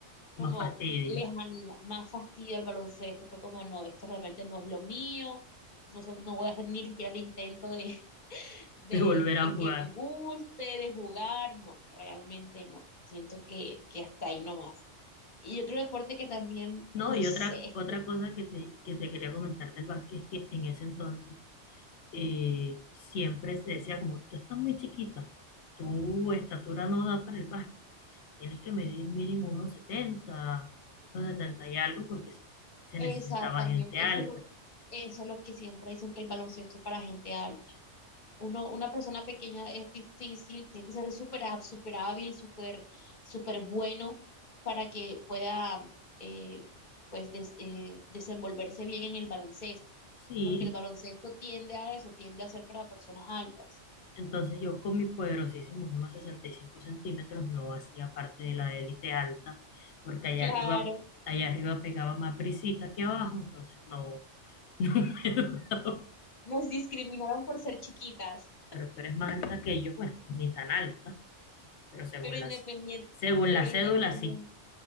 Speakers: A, on the left; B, on the left.
A: como
B: más fastidio
A: lejanía, más fastidio al baloncesto, fue como no, esto realmente no es lo mío, no, so- no voy a hacer ni siquiera el intento de, <laughs> de,
B: de volver a
A: de que
B: jugar.
A: me guste, de jugar, no, realmente no, siento que, que hasta ahí nomás. Y otro deporte que también,
B: No,
A: no
B: y
A: sé,
B: otra, otra cosa que te, que te quería comentar del básquet es que en ese entonces eh, siempre se decía como tú estás muy chiquita, tu estatura no da para el básquet, tienes que medir mínimo unos setenta unos 70 y algo porque se, se
A: Exactamente,
B: necesitaba gente alta.
A: eso es lo, eso es lo que siempre dicen que el baloncesto es para gente alta. Uno, una persona pequeña es difícil, tiene que ser súper ha- súper hábil, súper súper bueno para que pueda eh, pues des- eh, desenvolverse bien en el baloncesto,
B: Sí,
A: porque el baloncesto tiende a eso, tiende a ser para personas altas.
B: Entonces yo con mis poderosísimos unos 65 centímetros no hacía parte de la élite alta, porque allá
A: Claro,
B: arriba, allá arriba pegaba más brisita que abajo, entonces no, <laughs> no me daba.
A: nos discriminaron por ser chiquitas,
B: Pero tú eres más alta que yo, bueno, ni tan alta, pero según
A: pero independiente,
B: las, según
A: pero
B: la cédula
A: independiente,
B: sí.